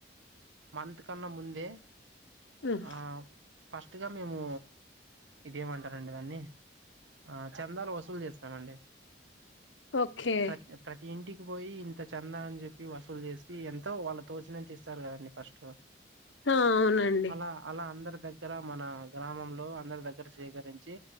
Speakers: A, on the right; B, on the left.
A: మంత్ కన్నా ముందే
B: హ్మ్
A: ఆ ఫస్ట్ గ మేము ఇదేమంటరండి దాన్ని ఆ చందాలు వసూలు జేస్తామండి
B: ఓకే
A: ప్రత్ ప్రతి ఇంటికి కి పోయి ఇంత చందా అన్ జెప్పి వసూలు జేసి ఎంతో వాళ్ళ తోచినంత ఇస్తారు గదండి ఫస్ట్
B: ఆ అవునండి
A: అలా అలా అందరి దగ్గర మన గ్రామంలో అక్ అందరి దగ్గర సేకరించి